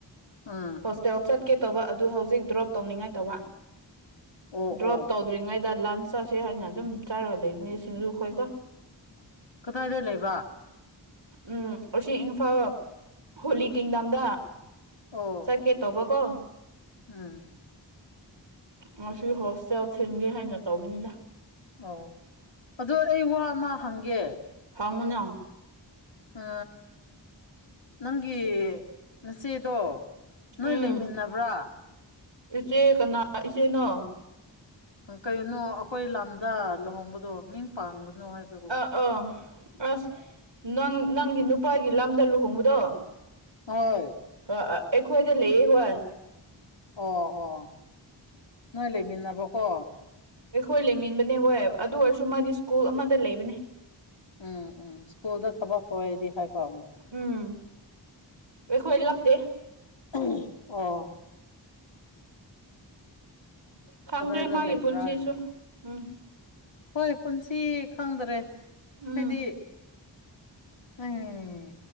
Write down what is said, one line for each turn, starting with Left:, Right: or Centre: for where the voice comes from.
Left: ꯎꯝ
Right: ꯍꯣꯁꯇꯦꯜ ꯆꯠꯀꯦ ꯇꯧꯕ ꯑꯗꯨ ꯍꯧꯖꯤꯛ ꯗ꯭ꯔꯣꯞ ꯇꯧꯅꯤꯉꯥꯏ ꯇꯧꯕ
Left: ꯑꯣ
Right: ꯗ꯭ꯔꯣꯞ
Left: ꯑꯣ
Right: ꯇꯧ ꯗ꯭ꯔꯤꯉꯩꯗ ꯂꯟꯁ ꯆꯥꯁꯦ ꯍꯥꯏꯅ ꯑꯗꯨꯝ ꯆꯥꯔꯒ ꯂꯩꯕꯅꯦ ꯁꯤꯡꯖꯨ ꯈꯣꯏꯀꯣ
Left: ꯀꯗꯥꯏꯗ ꯂꯩꯕ
Right: ꯎꯝ ꯑꯁꯤ ꯏꯝꯐꯥꯜ ꯍꯣꯂꯤ ꯀꯤꯡꯗꯝꯗ
Left: ꯑꯣ
Right: ꯀꯦ ꯇꯧꯕ ꯀꯣ
Left: ꯎꯝ
Right: ꯉꯁꯤ ꯍꯣꯁꯇꯦꯜ ꯊꯤꯟꯒꯦ ꯍꯥꯏꯅ ꯇꯧꯕꯅꯤꯗ
Left: ꯑꯣ ꯑꯗꯨ ꯑꯩ ꯋꯥ ꯑꯃ ꯍꯪꯒꯦ
Right: ꯍꯪꯉꯨꯅ
Left: ꯑ ꯅꯪꯒꯤ ꯅꯆꯦꯗꯣ ꯅꯣꯏ
Right: ꯎꯝ
Left: ꯂꯩꯃꯤꯟꯅꯕ꯭ꯔꯥ
Right: ꯏꯆꯦ ꯀꯅꯥ ꯏꯆꯦꯅꯣ
Left: ꯀꯩꯅꯣ ꯑꯩꯈꯣꯏ ꯂꯝꯗ ꯂꯨꯍꯣꯡꯕꯗꯣ ꯃꯤꯡ ꯄꯥꯟꯒꯅꯨ ꯍꯥꯏꯕꯕꯨ
Right: ꯑ ꯑꯁ ꯅꯪ ꯅꯪꯒꯤ ꯅꯨꯄꯥꯒꯤ ꯂꯝꯗ ꯂꯨꯍꯣꯡꯕꯗꯣ
Left: ꯍꯣꯏ
Right: ꯑꯩꯈꯣꯏꯗ ꯂꯩꯌꯦ ꯍꯣꯏ
Left: ꯑꯣ ꯑꯣ ꯅꯣꯏ ꯂꯩꯃꯤꯟꯅꯕ ꯀꯣ
Right: ꯑꯩꯈꯣꯏ ꯂꯩꯃꯤꯟꯕꯅꯦ ꯍꯣꯏ ꯑꯗꯨ ꯑꯣꯏꯔꯁꯨ ꯃꯥꯗꯤ ꯏꯁ꯭ꯀꯨꯜ ꯑꯃꯗ ꯂꯩꯕꯅꯤ
Left: ꯎꯝ ꯎꯝ ꯏꯁ꯭ꯀꯨꯜꯗ ꯊꯕꯛ ꯇꯧꯋꯦꯗꯤ ꯍꯥꯏꯕ
Right: ꯎꯝ ꯑꯩꯈꯣꯏ ꯂꯥꯞꯇꯦ
Left: ꯎꯝ ꯑꯣ
Right: ꯈꯪꯗꯦ
Left: ꯀꯗꯥꯏꯗ
Right: ꯃꯥꯒꯤ
Left: ꯂꯩꯕ꯭ꯔꯥ
Right: ꯄꯨꯟꯁꯤꯁꯨ
Left: ꯍꯥꯏꯅ
Right: ꯎꯝ
Left: ꯍꯣꯏ ꯄꯨꯟꯁꯤ ꯈꯪꯗꯔꯦ
Right: ꯎꯝ
Left: ꯍꯥꯏꯗꯤ ꯎꯝ